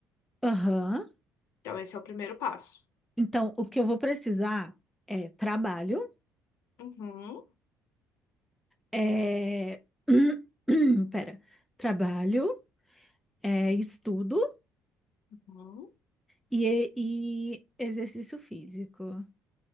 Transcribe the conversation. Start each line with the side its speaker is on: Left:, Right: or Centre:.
Centre: Aham.
Left: Então, esse é o primeiro passo.
Centre: Então, o que eu vou precisar é trabalho,
Left: Uhum,
Centre: é <clears throat> pera, trabalho, é estudo
Left: Uhum.
Centre: e, e exercício físico.